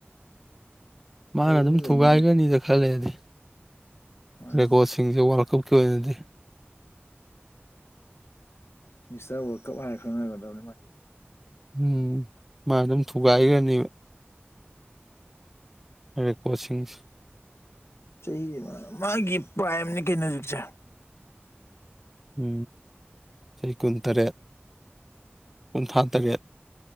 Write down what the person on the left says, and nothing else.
ꯂꯩꯕꯨꯗꯤ
ꯂꯩꯅꯤꯅꯦ
ꯃꯥꯅꯤꯅꯦ
ꯃꯤꯁꯇꯔ ꯔꯜ ꯀꯞ ꯍꯥꯏꯔ ꯈꯪꯅꯒꯗꯧꯅꯤ ꯃꯥꯗꯤ꯫
ꯆꯍꯤ ꯑꯃ ꯃꯥꯒꯤ ꯄ꯭ꯔꯥꯏꯝꯅꯤ ꯀꯩꯅꯣ ꯍꯧꯖꯤꯛꯁꯦ꯫